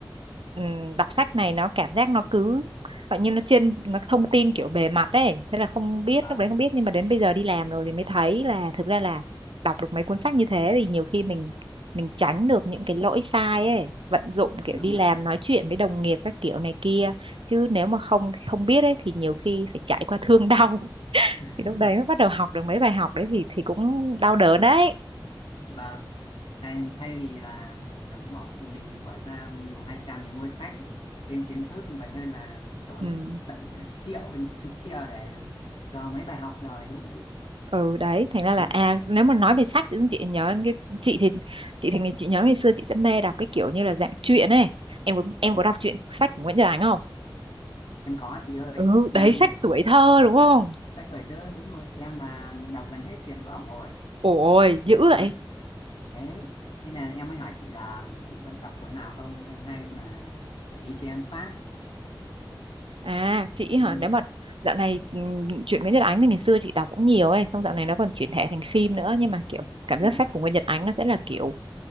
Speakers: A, on the right; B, on the left.
A: ừm, đọc sách này nó cảm giác nó cứ gọi như nó trên nó thông tin kiểu bề mặt ấy, thế là không biết
B: vâng
A: lúc đấy không biết nhưng mà đến bây giờ đi làm rồi thì mới thấy là thực ra là đọc được mấy cuốn sách như thế thì nhiều khi mình mình tránh được những cái lỗi sai ấy vận dụng kiểu
B: đúng
A: đi làm
B: ạ
A: nói chuyện với đồng nghiệp các kiểu này kia chứ nếu mà không không biết ấy thì nhiều khi phải trải qua thương đau <laughs>
B: <laughs>
A: thì lúc đấy mới bắt đầu học được mấy bài học đấy thì thì cũng đau đớn đấy
B: vâng thay, thay vì là, là bỏ mình mình bỏ ra một hai trăm để mua sách để thêm kiến thức còn hơn là tốn
A: ừ
B: tận triệu chục triệu để cho mấy bài học rồi đúng không chị
A: ừ đấy thành
B: ừ,
A: ra là à nếu mà nói về sách thì chị nhớ đến cái chị thì chị thì chị nhớ ngày xưa chị sẽ mê đọc cái kiểu như là dạng truyện ấy em có em
B: vâng
A: có đọc truyện sách của Nguyễn Nhật Ánh không
B: em có chị ơi
A: ừ
B: em
A: đấy sách tuổi thơ đúng không
B: Sách lời tớ đúng rồi em là đọc gần hết chuyện của ổng rồi
A: ôi dữ
B: đó
A: vậy
B: thế thế là em mới hỏi chị là chị có đọc cuốn nào không hay hay mà gợi ý cho em phát
A: À, chị hả?
B: ừ,
A: Nếu mà dạo này ừm, truyện Nguyễn Nhật Ánh thì ngày xưa chị đọc cũng nhiều ấy, xong dạo này nó còn chuyển thể thành phim nữa nhưng mà kiểu cảm
B: đúng
A: giác sách
B: là
A: của Nguyễn Nhật Ánh nó sẽ là kiểu